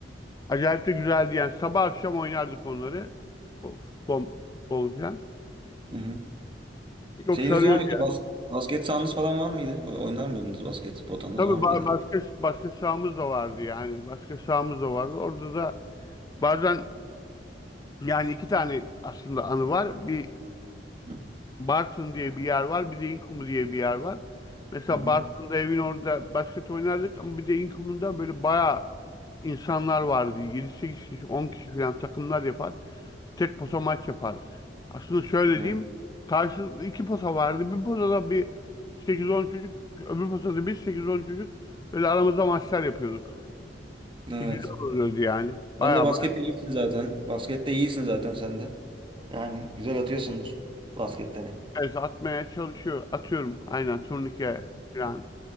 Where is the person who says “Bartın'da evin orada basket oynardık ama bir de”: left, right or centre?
Left